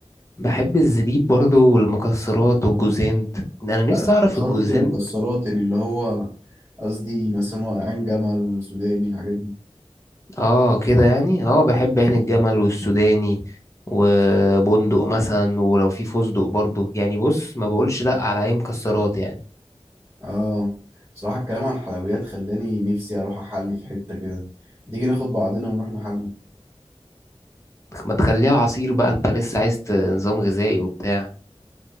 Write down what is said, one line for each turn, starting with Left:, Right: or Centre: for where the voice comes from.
Left: بحب الزبيب برضو والمكسرات والجوزانت انا نفسي
Right: لا
Left: اعرف
Right: خلطة
Left: الجوزانت
Right: المكسرات يعني اللي هو قصدي مثلا هو عين جمل سوداني الحاجات دي
Left: اه كده يعني اه بحب عين الجمل والسوداني وبندق مثلا ولو في فستق برضو يعني بص ما بقولش لا على اي مكسرات يعني
Right: اه بصراحة الكلام عن الحلويات خلاني نفسي اروح احلي في حتة كده تيجي ناخد بعضنا ونروح نحلي
Left: ما تخليها عصير بقى انت لسه عايز ت- نظام غذائي وبتاع